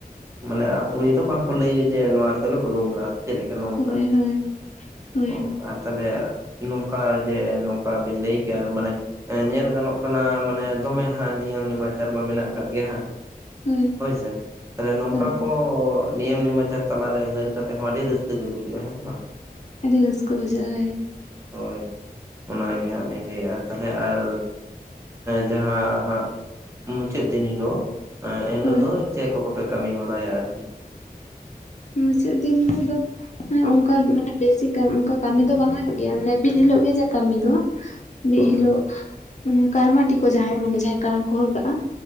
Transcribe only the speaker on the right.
ᱢᱟᱱᱮ ᱩᱱᱤ ᱫᱚ ᱵᱟᱝᱠᱚ ᱞᱟᱹᱭᱟ ᱡᱮ ᱱᱚᱣᱟ ᱨᱮᱫᱚᱞᱮ ᱵᱩᱞᱩᱝ ᱟᱠᱟᱜᱼᱟ ᱪᱮᱫ ᱞᱮᱠᱟ ᱱᱚᱝᱠᱟ
ᱚ ᱟᱨ ᱛᱟᱦᱚᱞᱮ ᱱᱚᱝᱠᱟ ᱡᱮ ᱱᱚᱝᱠᱟ ᱵᱤᱱ ᱞᱟᱹᱭ ᱠᱮᱭᱟ ᱢᱟᱱᱮ ᱧᱮᱞ ᱜᱟᱱᱚᱜ ᱠᱟᱱᱟ ᱢᱟᱱᱮ ᱫᱚᱢᱮ ᱦᱟᱸᱜ ᱱᱤᱭᱚᱢ ᱱᱤᱢᱟᱪᱟᱨ ᱢᱟ ᱢᱮᱱᱟᱜ ᱟᱠᱟᱫ ᱜᱮᱭᱟ ᱦᱟᱸᱜ
ᱦᱳᱭᱥᱮ ᱛᱟᱦᱚᱞᱮ ᱱᱚᱝᱠᱟ
ᱠᱚ ᱱᱤᱭᱚᱢ ᱱᱮᱢᱟᱪᱟᱨ ᱛᱟᱞᱟᱨᱮ ᱦᱟᱹᱨ ᱠᱟᱛᱮᱜ ᱦᱚᱸ ᱟᱹᱰᱤ ᱨᱟᱹᱥᱠᱟᱹ ᱜᱮ ᱵᱩᱡᱷᱟᱹᱜᱼᱟ ᱦᱮᱸ ᱥᱮ ᱵᱟᱝ
ᱦᱳᱭ ᱚᱱᱟᱜᱮ ᱦᱟᱸᱜ ᱞᱤᱧ ᱞᱟᱹᱭᱮᱫᱼᱟ ᱛᱟᱦᱚᱞᱮ ᱟᱨ ᱡᱟᱦᱟᱸ ᱦᱟᱸᱜ ᱢᱩᱪᱟᱹᱫ ᱫᱤᱱ ᱦᱤᱞᱳᱜ ᱮ ᱮᱱᱦᱤᱞᱳᱜ
ᱫᱚ ᱪᱮᱫ ᱠᱚᱠᱚᱯᱮ ᱠᱟᱹᱢᱤ ᱦᱚᱨᱟᱭᱟ ᱟᱨᱠᱤ
ᱦᱳᱭ